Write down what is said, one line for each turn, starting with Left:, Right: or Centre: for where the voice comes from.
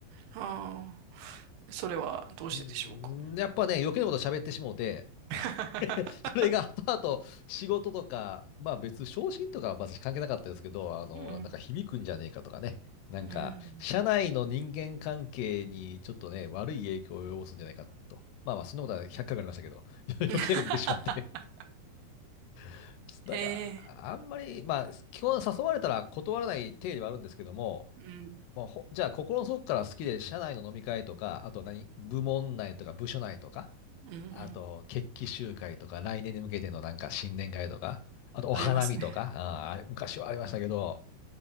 Right: ああ。それはどうしてでしょうか。
Left: うんやっぱね、余計なこと喋ってしもうて、
Right: <laughs>
Left: <laughs> それが後々仕事とか、まあ別、昇進とかは私関係なかったですけど、あの、
Right: うん。
Left: なんか響くんじゃねえかとかね、なんか、
Right: うん。
Left: 社内の人間関係にちょっとね、悪い影響を及ぼすんじゃないかと。まあまあ、そんなことは100回ありましたけど、<laughs> 余計なこと言ってしまって。
Right: <laughs>
Left: <laughs> だから、
Right: へえ。
Left: あんまり、まあ、基本誘われたら断らない体ではあるんですけども、
Right: うん。
Left: まあ、ほじゃあ、心の底から好きで、社内の飲み会とか、あと何、部門内とか部署内とか、
Right: うんうん。
Left: あと、決起集会とか、来年に向けてのなんか新年会とか、あとお花見とか、
Right: ありますね。
Left: あーあれ昔はありましたけど、